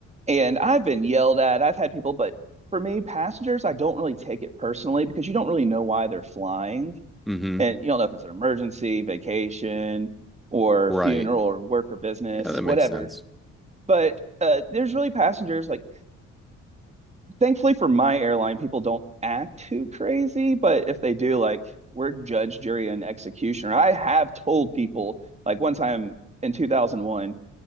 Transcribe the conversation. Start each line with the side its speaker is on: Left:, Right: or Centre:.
Right: And I've been yelled at. I've had people, but for me, passengers, I don't really take it personally because you don't really know why they're flying.
Centre: Mm-hmm.
Right: And you don't know if it's an emergency, vacation, or
Centre: Right.
Right: funeral, or work or business,
Centre: Yeah, that makes
Right: whatever.
Centre: sense.
Right: But uh, there's really passengers like thankfully for my airline, people don't act too crazy, but if they do, like we're judge, jury, and executioner. I have told people, like one time in 2001,